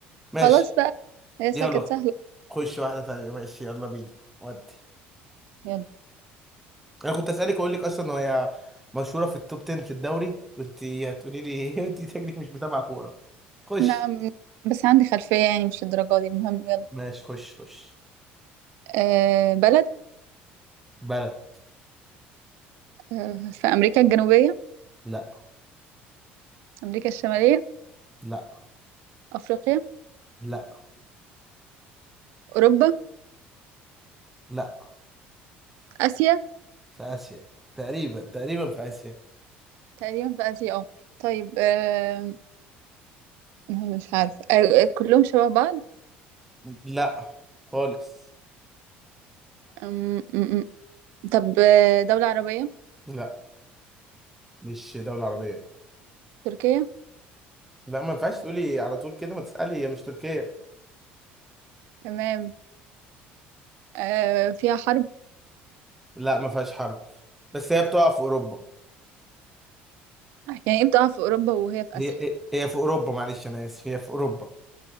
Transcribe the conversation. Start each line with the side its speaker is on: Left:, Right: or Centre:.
Centre: ماشي
Right: خلاص بقى هي سا-
Centre: يلا
Right: كانت سهله
Centre: خش واحده تانيه ماشي يلا بينا ودي
Right: يلا
Centre: انا كنت اسالك اقول لك اصلا هي مشهوره في التوب 10 في الدوري وانت هتقولي لي ايه <laughs> انت شكلك مش متابعه كوره خش
Right: نعم بس عندي خلفيه يعني مش الدرجه دي المهم يلا
Centre: ماشي خش خش
Right: آه بلد
Centre: بلد
Right: آه في امريكا الجنوبيه
Centre: لا
Right: امريكا الشماليه
Centre: لا
Right: افريقيا
Centre: لا
Right: اوروبا
Centre: لا
Right: اسيا
Centre: في اسيا تقريبا تقريبا في اسيا
Right: تقريبا في اسيا اه طيب آه لا، مش عارفة آه، كلهم شبه بعض
Centre: لا خالص
Right: أم، أم، أم. طب آه، دولة عربية
Centre: لا مش دوله عربيه
Right: تركيا
Centre: لا ما ينفعش تقولي على طول كده ما تسالي هي مش تركيا
Right: تمام آه، فيها حرب
Centre: لا ما فيهاش حرب بس هي بتقع في اوروبا
Right: يعني ايه بتقع في أوروبا وهي في
Centre: هي
Right: آسيا
Centre: هي في اوروبا معلش انا اسف هي في اوروبا